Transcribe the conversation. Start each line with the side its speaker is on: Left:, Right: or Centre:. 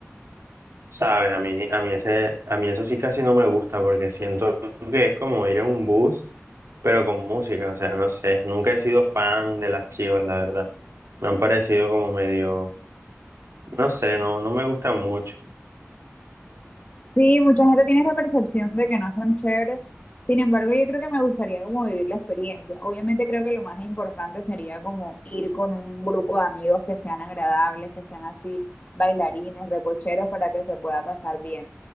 Right: Sabes, a mí, a mí ese, a mí eso sí casi no me gusta porque siento que es como ir en un bus, pero con música. O sea, no sé, nunca he sido fan de las Chivas, la verdad. Me han parecido como medio, no sé, no, no me gustan mucho.
Left: Sí, mucha gente tiene esa percepción de que no son chéveres. Sin embargo, yo creo que me gustaría como vivir la experiencia. Obviamente creo que lo más importante sería como ir con un grupo de amigos que sean agradables, que sean así bailarines, recocheros, para que se pueda pasar bien.